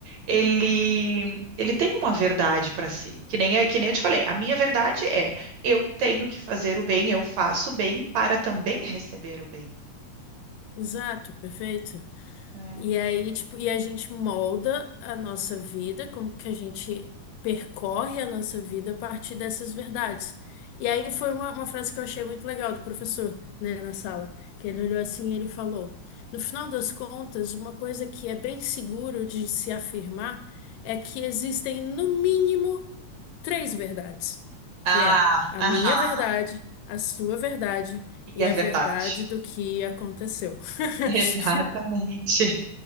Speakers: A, on the right; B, on the left.
A: ele, ele tem uma verdade para si. Que nem, é- que nem eu te falei, a minha verdade é eu tenho que fazer o bem, eu faço o bem para também receber o bem.
B: exato, perfeito.
A: né?
B: E aí, tipo, e a gente molda a nossa vida, como que a gente percorre a nossa vida a partir dessas verdades. E aí foi uma, uma frase que eu achei muito legal do professor, né, na sala, que ele olhou assim e ele falou: No final das contas, uma coisa que é bem seguro de se afirmar é que existem, no mínimo, três verdades,
A: Ah,
B: que é a
A: aham,
B: minha verdade, a sua verdade
A: e
B: e
A: é
B: a
A: verdade.
B: verdade do que aconteceu. <laughs>
A: Exatamente.